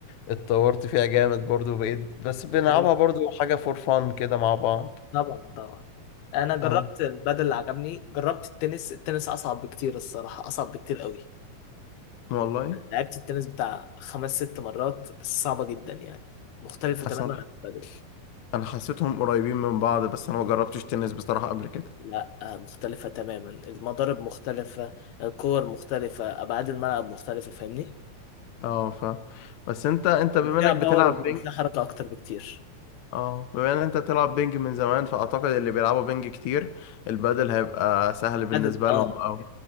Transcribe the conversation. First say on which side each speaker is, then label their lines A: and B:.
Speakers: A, on the left; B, on the left.
A: اتطورت فيها جامد برضو بقيت بس بنلعبها
B: ايوه
A: برضو حاجة فور فان كده مع بعض
B: طبعا طبعا انا جربت
A: اه
B: البادل اللي عجبني جربت التنس التنس اصعب بكتير الصراحه اصعب بكتير قوي
A: والله
B: لعبت التنس بتاع خمس ست مرات بس صعبه جدا يعني مختلفه تماما
A: اصلا
B: عن البادل
A: انا حسيتهم قريبين من بعض بس انا ما جربتش تنس بصراحة قبل كده
B: لا آه، مختلفه تماما المضارب مختلفه الكور مختلفه ابعاد الملعب مختلفه فاهمني
A: اه ف بس انت انت بما
B: فيها
A: انك
B: باور
A: بتلعب
B: وفيها
A: بينج
B: حركه اكتر بكتير
A: اه بما ان انت بتلعب بينج من زمان فاعتقد اللي بيلعبوا بينج كتير البادل هيبقى سهل بالنسبة
B: البادل اه
A: لهم او